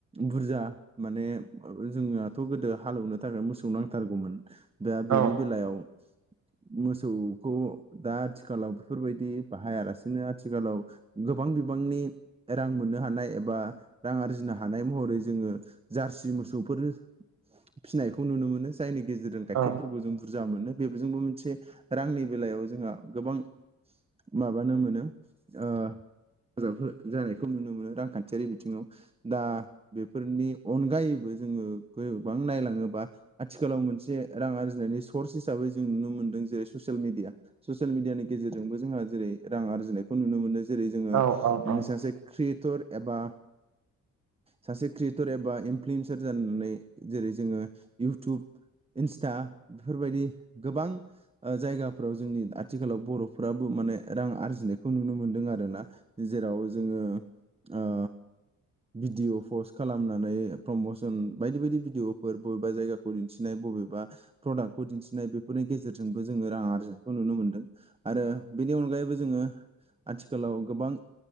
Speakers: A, on the right; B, on the right.
A: बुरजा माने जोंनाथ' गोदो हालौवनो थाखाय मोसौ नांथारगौमोन दा बेनि
B: औ
A: बेलायाव मोसौखौ दा आथिखालाव बेफोरबायदि बाहायालासिनो आथिखालाव गोबां बिबांनि रां मोननो हानाय एबा रां आरजिनो हानाय थानाय महरै जोङो जारसि मोसौफोर फिसिनायखौ नुनो मोनो जायनि गेजेरजों गाइखेरफोरखौ
B: औ
A: जों बुरजा मोनो बेजोंबो मोनसे रांनि बेलायाव जोंहा गोबां माबानो मोनो ओ हेफाजाब हो जानायखौ नुनो मोनो रांखान्थियारि बिथिङाव दा बेफोरनि अनगायैबो जोङो गोबां नायलाङोबा आथिखालाव मोनसे रां आरजिनायनि सर्स हिसाबै जों नुनो मोनदों जेरै ससियेल मिडिया ससियेल मिडियानि गेजेरजोंबो जोंहा जेरै रां आरजिनायखौ नुनो मोनो जेरै जोङो
B: औ औ
A: सासे क्रियेटर एबा सासे क्रियेटर एबा इनफ्लुयेन्सार जानानै जेरै जोङो इउटुब इन्स्टा बेफोरबायदि गोबां जायगाफ्राव जोंनि आथिखालाव बर'फ्राबो माने रां आरजिनायखौ नुनो मोनदों आरो ना जेराव जोङो ओ भिडिअ पस्ट खालामनानै प्रमसन बायदि बायदि भिडिअफोर बबेबा जायगाखौ दिन्थिनाय बबेबा प्रडाक्टखौ दिन्थिनाय बेफोरनि गेजेरजोंबो जोङो रां आरजिनायखौ नुनो मोन्दों आरो बेनि अनगायैबो जोङो आथिखालाव गोबां